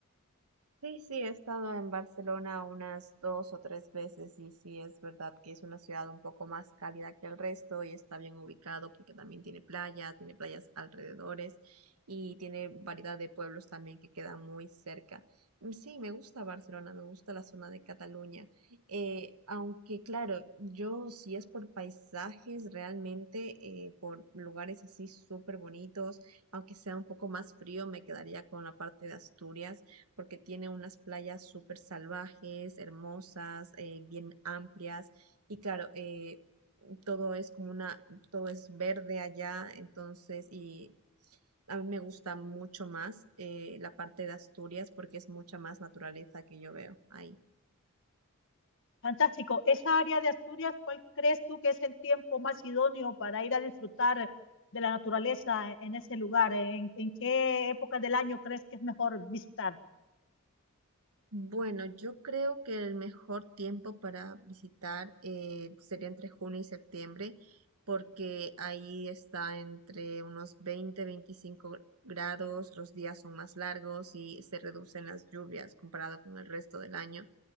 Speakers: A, on the right; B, on the left.
A: Sí, sí, he estado en Barcelona unas dos o tres veces y sí es verdad que es una ciudad un poco más cálida que el resto y está bien ubicado porque también tiene playa, tiene playas alrededores y tiene variedad de pueblos también que quedan muy cerca. Mm, Sí, me gusta Barcelona, me gusta la zona de Cataluña. Eh, aunque claro, yo si es por paisajes realmente, eh, por lugares así súper bonitos, aunque sea un poco más frío, me quedaría con la parte de Asturias porque tiene unas playas súper salvajes, hermosas, eh, bien amplias y claro, eh, todo es como una, todo es verde allá, entonces y a mí me gusta mucho más eh, la parte de Asturias porque es mucha más naturaleza que yo veo ahí.
B: Fantástico. Esa área de Asturias, ¿cuál crees tú que es el tiempo más idóneo para ir a disfrutar de la naturaleza en ese lugar? ¿En, en qué época del año crees que es mejor visitar?
A: Bueno, yo creo que el mejor tiempo para visitar eh, sería entre junio y septiembre, porque ahí está entre unos 20, 25 gr- grados, los días son más largos y se reducen las lluvias comparado con el resto del año